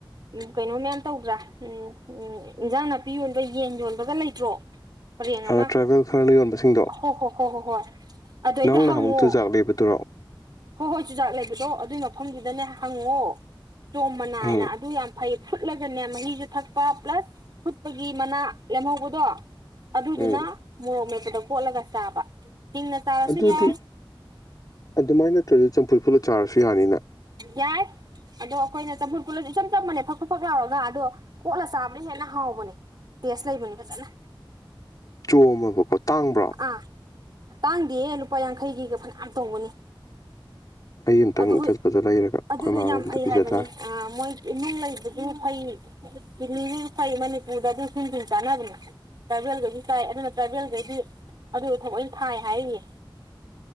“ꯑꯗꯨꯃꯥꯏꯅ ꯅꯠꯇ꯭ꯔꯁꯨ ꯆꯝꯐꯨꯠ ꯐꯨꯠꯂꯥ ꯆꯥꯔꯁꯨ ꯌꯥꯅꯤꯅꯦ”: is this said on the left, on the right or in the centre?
Left